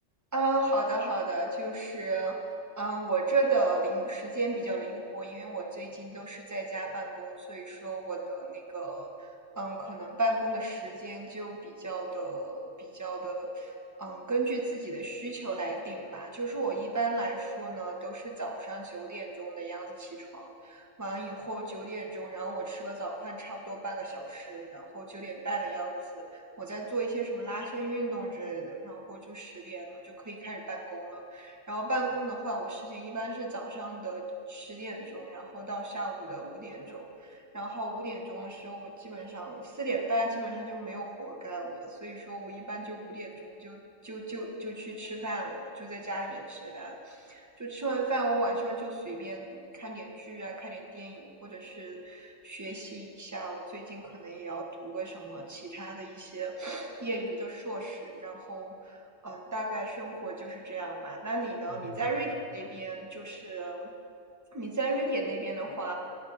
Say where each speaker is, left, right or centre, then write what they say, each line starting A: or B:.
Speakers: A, on the right (about 15°); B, on the right (about 65°).
A: 嗯，好的好的，就是，嗯，我这的灵时间比较灵活，因为我最近都是在家办公，所以说我的那个，嗯，可能办公的时间就比较的比较的，嗯，根据自己的需求来定吧。就是我一般来说呢，都是早上九点钟的样子起床，完以后九点钟，然后我吃个早饭，差不多半个小时，然后九点半的样子。我在做一些什么拉伸运动之类的，然后就十点了就可以开始办公了。然后办公的话，我时间一般是早上的十点钟，然后到下午的五点钟。然后五点钟的时候，我基本上四点半基本上就没有活干了，所以说我一般就五点钟就就就就去吃饭了，就在家里面吃饭。就吃完饭，我晚上就随便看点剧啊，看点电影，或者是学习一下。我最近可能也要读个什么其他的一些业余的硕士，然后嗯，大概生活就是这样吧。那你呢？
B: 我明白了。
A: 你在瑞典那边就是你在瑞典那边的话，